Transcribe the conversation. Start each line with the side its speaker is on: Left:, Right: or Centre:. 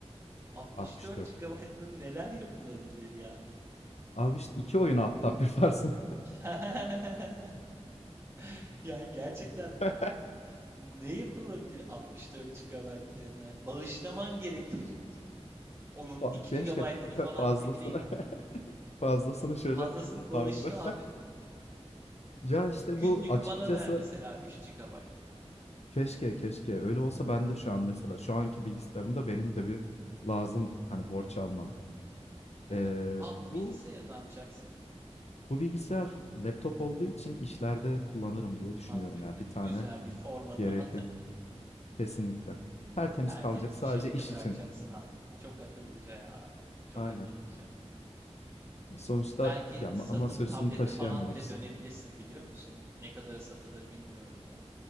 Right: 64
Left: 64'lük.
Right: GB'la neler yapılabilir ya?
Left: Abi işte iki oyun alt tab yaparsın.
Right: <laughs> Yani gerçekten
Left: <laughs>
Right: ne yapılabilir 64 GB RAM'den? Bağışlaman gerekir. Onun
Left: Fa-
Right: 2
Left: Keşke
Right: GB'ını
Left: fa-
Right: falan
Left: <laughs> fazlasını
Right: ne bileyim
Left: <laughs> fazlasını şöyle
Right: fazlasını bağışla
Left: harbiden. <laughs>
Right: abi.
Left: Ya işte
Right: Günlük
Left: bu açıkçası
Right: bana ver mesela 3 GB.
Left: keşke keşke öyle olsa ben de şu an mesela şu anki bilgisayarımda benim de bir lazım hani borç almam.
Right: Hı
Left: Ee,
Right: hı. A, bu
Left: bu
Right: bilgisayarı ne yapacaksın?
Left: Bu bilgisayar laptop olduğu için işlerde kullanırım diye düşünüyorum
Right: Mantıklı.
Left: ya. Bir tane
Right: Güzel bir formata
Left: gerekiyor.
Right: atıp
Left: Kesinlikle. Tertemiz
Right: tertemiz
Left: kalacak sadece
Right: bir şekilde
Left: iş
Right: bırakacaksın
Left: için.
Right: abi. Çok akıllıca ya. Çok
Left: Aynen.
Right: akıllıca.
Left: Sonuçta
Right: Belki
Left: ya ma-
Right: satıp
Left: masaüstünü
Right: tablete
Left: taşıyamıyoruz.
Right: falan bile dönebilirsin biliyor musun? Ne kadara satılır bilmiyorum da.